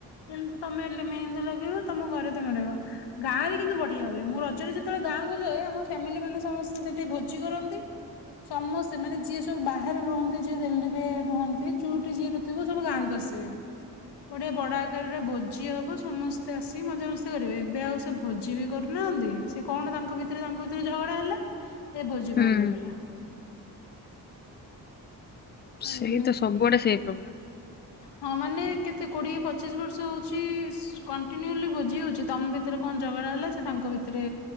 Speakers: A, on the left; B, on the left.
A: ଯେମତି ତମେ ମେହେନ୍ଦୀ ଲଗେଇବ ତମ ଘରେ ତମେ ରହିବ। ଗାଁ ରେ କିନ୍ତୁ ବଢିଆ ହୁଏ ମୁଁ ରଜରେ ଯେତେବେଳେ ଗାଁକୁୁ ଯାଏ ଆମ ଫ୍ୟାମିଲି ମାନେ ସମସ୍ତେ ସେଠି ଭୋଜି କରନ୍ତି। ସମସ୍ ସେମାନେ ଯିଏ ସବୁ ବାହାରେ ରୁହନ୍ତି ଯିଏ ଦିଲ୍ଲୀରେ ରୁହନ୍ତି ଯୋଉଠି ଯିଏ ରଥିବ ସବୁ ଗାଁକୁ ଆସିବେ। ବଡି ଏ ବଡ ଆକାରରେ ଭୋଜି ହବ ସମସ୍ତେ ଆସିି ମଜାମସ୍ତି କରିବେ ଏବେ ଆଉ ସେ ଭୋଜି ବି କରୁନାହାନ୍ତି ସେ କଣ ତାଙ୍କ ଭିତରେ ତାଙ୍କ ଭିତରେ ଝଗଡା ହେଲା ଏ ଭୋଜି
B: ହୁଁ
A: ବନ୍ଦ ହେଇଗଲା।
B: ସେଏ
A: ଇଏ
B: ତ ସବୁଆଡେ ସେଇ ପ୍ରୋବ୍ଲେମ୍।
A: ହଁ ମାନେ କେତେ କୋଡିଏ ପଚିଶ ବର୍ଷ ହଉଛି ସୁ କଣ୍ଟିନ୍ୟୁଲି ଭୋଜି ହଉଛି ତମ ଭି ଭିତରେ କଣ ଝଗଡା ହେଲା ସେ ତାଙ୍କ ଭିତରେ